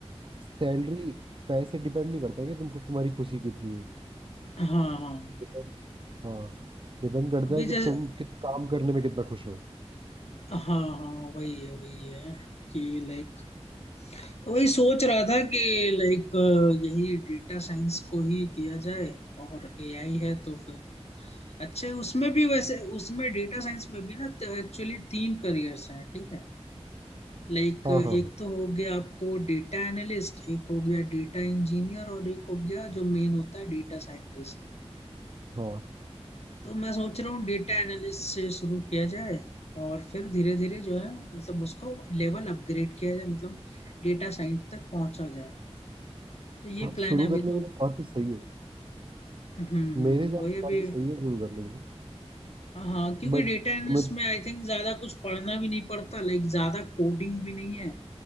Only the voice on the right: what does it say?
सैलरी पैसे डिपेंड नहीं करता कि तुम तुम्हारी खुशी कितनी है
Depend- हाँ डिपेंड करता
है कि
तुम किस काम करने में कितना खुश हो
हाँ
हाँ हाँ
हाँ
हाँ
शुरू
करने के
लिए काफी सही है
मेरे हिसाब
से
काफी सही है शुरू करने के लिए
बट
तुम्हें